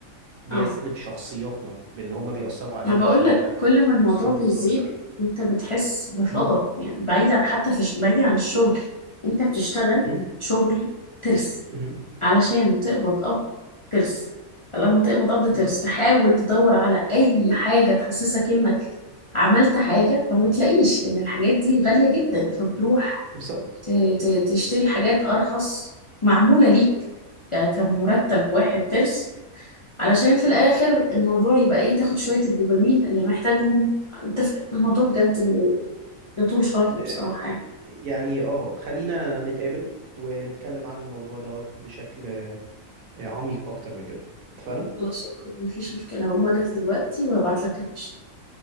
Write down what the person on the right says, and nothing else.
بيسلب
شخصياتنا بأن هما بيأثروا علينا
عشان نبقى
كونسيومرز
أكتر
مم.
مم.
مم.
بالظبط
بالظبط
آه،
يعني اه خلينا نتقابل ونتكلم عن الموضوع دوت بشكل آه، عميق اكتر من كده اتفقنا